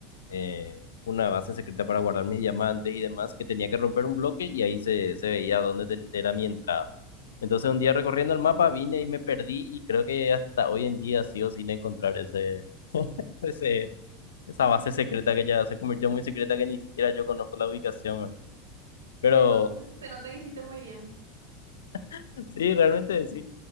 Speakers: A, on the left; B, on the right.
A: eh, una base secreta para guardar mis diamantes y demás, que tenía que romper un bloque y ahí se, se veía dónde te- era mi entrada. Entonces un día recorriendo el mapa vine y me perdí y creo que hasta hoy en día sigo sin encontrar ese, <laughs> ese, esa base secreta que ya se convirtió en muy secreta que ni siquiera yo conozco la ubicación. ¿verdad? Pero
B: Entonces, <laughs> se nota que hiciste muy bien.
A: <laughs> sí, realmente sí.